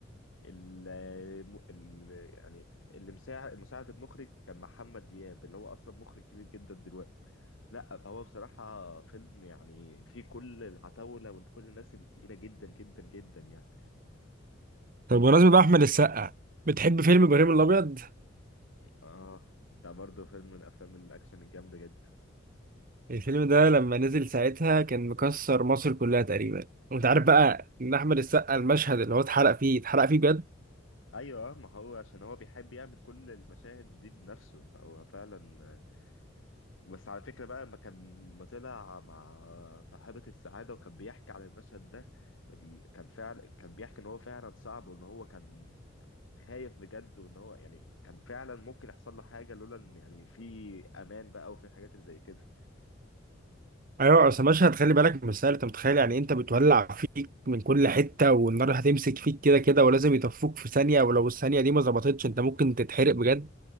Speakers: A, on the left; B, on the right.
A: ال... ال... يعني اللي مساعد مساعد المخرج كان محمد دياب اللي هو اصلا مخرج كبير جدا دلوقتي لا فهو بصراحه فيلم يعني فيه كل العتاوله وكل الناس التقيله جدا جدا جدا يعني
B: طب بمناسبة بقى احمد السقا بتحب فيلم ابراهيم الابيض
A: اه ده برضه فيلم من افلام الاكشن الجامده جدا
B: الفيلم ده لما نزل ساعتها كان مكسر مصر كلها تقريبا وانت عارف بقى ان احمد السقا المشهد اللي هو اتحرق فيه اتحرق فيه بجد
A: ايوه آه، ما هو عشان هو بيحب يعمل كل المشاهد دي بنفسه فهو فعلا بس على فكره بقى لما كان ما طلع مع صاحبه السعاده وكان بيحكي عن المشهد ده ال- كان فعلا كان بيحكي ان هو فعلا صعب وان هو كان خايف بجد وان هو يعني كان فعلا ممكن يحصل له حاجه لولا ان يعني في امان بقى وفي الحاجات اللي زي كده
B: ايوه اصل مشهد خلي بالك مش سهل انت متخيل يعني انت بتولع فيك من كل حته والنار هتمسك فيك كده كده ولازم يطفوك في ثانيه ولو الثانيه دي ما ظبطتش انت ممكن تتحرق بجد